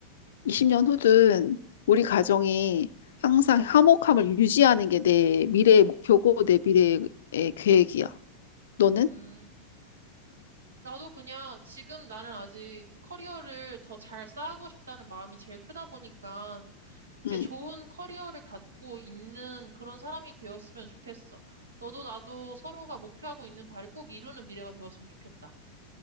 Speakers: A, on the left (about 60°); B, on the right (about 70°).
A: 20년 후든 우리 가정이 항상 화목함을 유지하는 게 내 미래의 목표고 내 미래의 계획이야. 너는?
B: 음. 나도 그냥 지금 나는 아직 커리어를 더 잘 쌓고 싶다는 마음이 제일 크다 보니까 그냥
A: 응,
B: 좋은 커리어를 갖고 있는 그런 사람이 되었으면 좋겠어. 너도 나도 서로가 목표하고 있는 바를 꼭 이루는 미래가 되었으면 좋겠다.